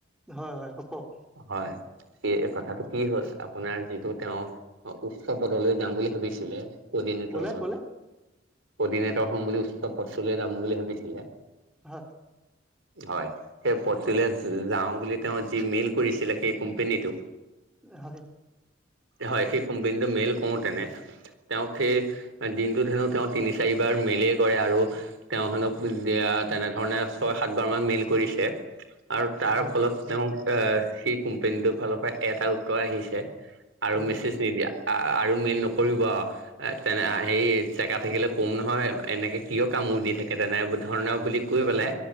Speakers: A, in the centre; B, on the right.
A: হয় হয় কওক।
B: হয়, এই কথাটো কি হ'ল। আপোনাৰ যিটো তেওঁ উচ্চ পদলৈ যাম বুলি ভাবিছিলে অৰ্ডিনেটৰত।
A: ক'লে ক'লে
B: অডিনেটৰ হ'ম বুলি উচ্চ পদটোলে যাম বুলি ভাবিছিলে।
A: হয়।
B: হয়, সেই পথটোলৈ যাওঁ বুলি তেওঁ যি মেইল কৰিছিলে সেই কোম্পেনীটোক
A: হয়।
B: হয় সেই কোম্পানীটো মেইল কৰো তেনে। তেওঁক সেই দিনটোত হেনো তেওঁ তিনি চাৰিবাৰ মিলেই কৰে আৰু। তেওঁ হেনো দিয়া তেনেধৰণে ছয় সাত বাৰ মান মেইল কৰিছে। আৰু তাৰ
A: হয়
B: ফলত তেওঁক আহ সেই কোম্পানীটোৰ ফালৰ পৰা এটা উত্তৰ আহিছে। আৰু
A: হয়
B: মেছেজ নিদিয়া আৰু মেইল নকৰিব এ তেনে হে। জেগা থাকিলে ক'ম নহয় এনেকে কিয় কামোৰ দি থাকে তেনে ধৰণৰ বুলি কৈ পেলাই।